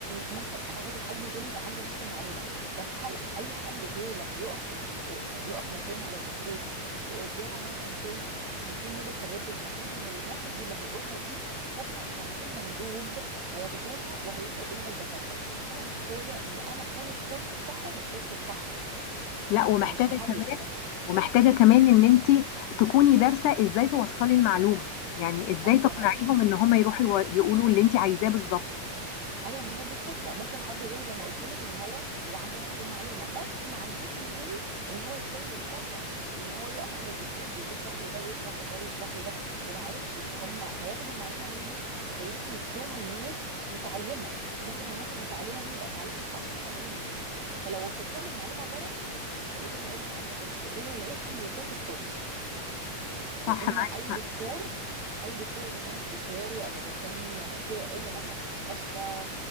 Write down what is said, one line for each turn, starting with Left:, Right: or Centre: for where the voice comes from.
Right: ممكن أي حد غيري يبقى عنده نفس المعلومة بس هل أي حد غيري لما يقف قد... يعني يقف مكاني على الستيج وقدامه مثلا سي 50 ميديكال ريب المفروض إن المسج اللي هيقولها دي هم ال 50 مندوب هياخدوها وهيروحوا يقولوها للدكاترة فأنا محتاجة إن أنا أكون السورس بتاعهم والسورس الصح
Left: لا ومحتاجة
Right: أنا مش ههلس
Left: كمان ومحتاجة كمان إن أنت تكوني دارسة إزاي توصلي المعلومة يعني إزاي
Right: أيوة
Left: تقنعيهم إن هم يروحوا يو- يقولوا اللي أنت عايزاه بالظبط
Right: ايوه ما هي دي الفكره ممكن حد غير زي ما قلت لك ان هو يبقى عنده نفس المعلومه بس ما عندوش الواي ان هو ازاي يوصلها وان هو يقف على الستيج ويشرح لده ويشرح لده ويشرح لده ومعلش هم هياخدوا المعلومه مني وهيروحوا يدوها لناس متعلمه وممكن الناس المتعلمه دي يبقى تعليمها احسن مني فلو وصلت لهم المعلومه غلط مش هيقولوا العيب من عندك انت هيقولوا العيب اللي اداك السورس لان
Left: صح معاكي
Right: اي
Left: حق.
Right: دكتور اي دكتور اذا كان استشاري او اذا كان كيو ال مثلا في مستشفى